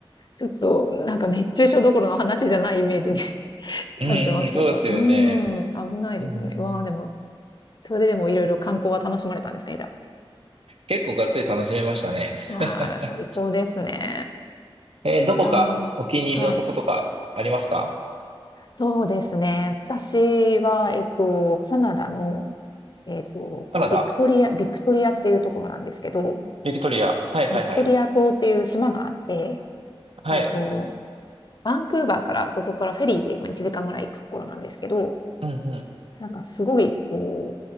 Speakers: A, on the left; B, on the right.
A: ちょっとなんか熱中症どころの話じゃないイメージに
B: うんうん、
A: なってますけど、
B: そうですよね。
A: うーん、危ないですね。
B: うんうんうん、
A: わあ、でも、それでもいろいろ観光は楽しまれたんですね、じゃ
B: 結構がっつり楽しめましたね。
A: あ。わあ、
B: <laughs>
A: 最高ですね。
B: えーどこかお気に入りのとことかありますか
A: いやー、はい。そうですね。私は、えっと、カナダの、えっと、
B: カナダ、
A: ビクトリア、ビクトリアっていうところなんですけど、
B: ビクトリア。はいはいはい。
A: ビクトリア島っていう島があって、
B: はい。
A: えっと、バンクーバーから、そこからフェリーでまあ1時間ぐらい行くところなんですけど、
B: うんうん。
A: なんかすごい、こ